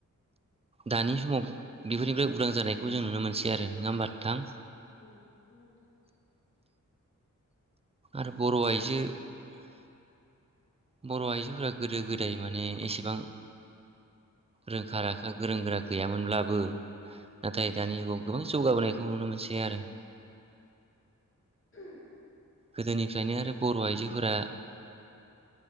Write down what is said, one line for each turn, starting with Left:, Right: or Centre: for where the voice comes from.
Right: दानि समाव बेफोरनिफ्राय उदां जानायखौ जों नुनो मोनसै आरो नङा होमबा नोंथां
Left: ओं नंगौ नोंथां
Right: आरो बर' आइजो बर' आइजोफोरा गोदो गोदाय माने एसेबां रोंखा राखा गोरों गोरा गैयामोनब्लाबो नाथाय
Left: ओं
Right: दानि गो-गो जौगाबोनायखौ नुनो मोनसै आरो
Left: <inaudible>
Right: गोदोनिफ्रायनो आरो बर आइजोफोरा